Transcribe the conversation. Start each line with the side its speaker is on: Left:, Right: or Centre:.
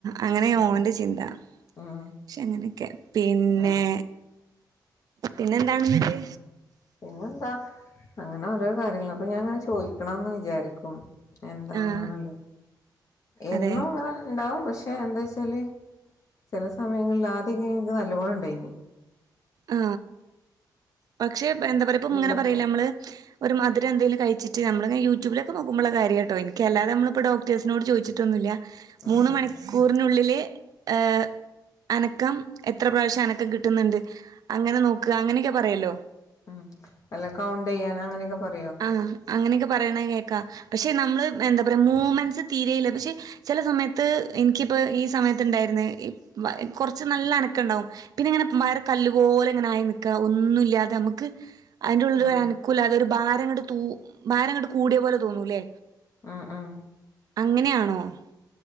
Right: അങ്ങനെ
Left: ഉം
Right: ഓന്റെ ചിന്ത
Left: ഉം
Right: പക്ഷെ അങ്ങനെക്കെ പിന്നെ
Left: ആഹ്
Right: പിന്നെന്താണെന്നിട്ട്
Left: പിന്നെന്താ അങ്ങനെ ഒരോ കാര്യങ്ങൾ അപ്പ ഞാൻങ്ങനെ ചോയി ക്കണംന്ന് വിചാരിക്കും എന്താണെന്നുള്ളത്
Right: ആഹ്
Left: എന്നുംങ്ങനെ
Right: അതെ
Left: ഇണ്ടാവും പ ക്ഷെ എന്താച്ചാല് ചെല സമയങ്ങളിൽ ആദ്യക്കെ ൻക്ക് നല്ലപോലെ ണ്ടായിനി
Right: ആ പക്ഷെ എന്താ പറയാ ഇപ്പം
Left: ഉള്ളപ്പോ
Right: ഇങ്ങനെ പറീലെ നമ്മള് ഒരു മധുരം ന്തേലും കഴിച്ചിട്ട് നമ്മൾങ്ങന യൂട്യൂബിലക്കെ നോ ക്കുമ്പോള്ള കാര്യട്ടോ എനിക്കല്ലതെ നമ്മളിപ്പോ ഡോക്ടർസിനോട് ച്ചോദിച്ചിട്ടൊന്നുല്യ
Left: ഉം
Right: മൂന്ന്
Left: ഉം
Right: മണിക്കൂറിനുള്ളില് <unintelligible> ഏഹ് അനക്കം എത്ര പ്രാവശ്യം അനക്കം കിട്ടുന്ന്ണ്ട് അങ്ങനെ നോക്കാ അങ്ങനെക്കെ പറയല്ലോ
Left: ഉം അല്ല കൗണ്ടയ്യാൻ അങ്ങനെയൊക്കെ പറ
Right: ആ അങ്ങനെയൊക്കെ പറയണ കേൾക്കാ പക്ഷെ നമ്മള് എന്താ പറയാ മൂവ്മെന്റ്സ് തീരെയില്ല പക്ഷെ ചെല സമയത്ത് എനിക്കിപ്പോ ഈ സമയത്ത് ഇണ്ടായിരുന്നു കൊറച്ച് നല്ല അനക്കണ്ടാവും പിന്നെ ഇങ്ങനെ മ്മാരെ കല്ലു പോലെങ്ങനെ ആയി നിക്കാ ഒന്നുല്ലാതെ നമുക്ക് അതിന്റെള്ളൊരു
Left: ഉം
Right: അനുക്കുലതെ ഒരു ബാര് <unintelligible> തൂ ഭാരംങ്ങട് കൂടിയ പോലെ തോന്നൂല്ലേ
Left: ഉം ഉം
Right: അങ്ങനെയാണോ ആഹ്